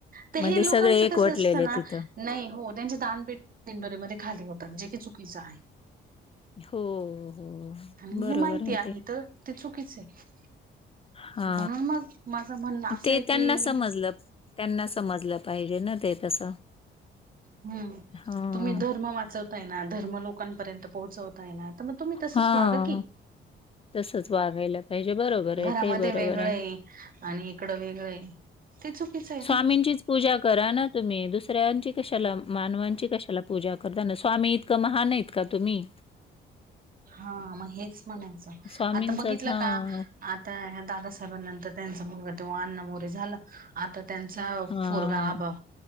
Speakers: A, on the right; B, on the left.
A: तर
B: म्हणजे
A: हे लोकांच
B: सगळे एकवटलेले
A: कस असतं ना?
B: तिथं
A: नाही हो त्यांचे दान पेटी दिंडोरीमध्ये खाली होतात जे की चुकीचं आहे.
B: हो, हो..
A: आणि
B: बरोबर
A: हे माहिती आहे
B: ते
A: तर ते चुकीचं आहे.
B: हा
A: म्हणून मग माझं म्हणणं असं
B: ते
A: आहे की
B: त्यांना समजलं त्यांना समजलं पाहिजे ना ते. तसं
A: हूं...
B: हा
A: तुम्ही धर्म वाचवताय ना धर्म लोकांपर्यंत पोहोचव ताय ना तर मग तुम्ही तसंच
B: हा
A: तसेच वागा की,
B: तसंच वागायला पाहिजे. बरोबर आहे,
A: घरामध्ये
B: ते बरोबर
A: वेगळं
B: आहे.
A: ये आणि इकडं वेगळंयं. ते चुकीच आहे.
B: स्वामींचीच
A: ना
B: पूजा करा ना तुम्हीं, दुसऱ्यांची कशाला मानवांची कशाला पूजा करता ना? स्वामी इतकं महान आहेत का तुम्हीं?
A: हा मग हेच म्हणायचं,
B: स्वामींचंच
A: आता बघितलं
B: हां,
A: का? आता ह्या दादासाहेबांनंतर त्यांचा मुलगा तेव्हा अण्णा मोरे झालं, आता त्यांचा
B: हां,
A: पोरगा आबा.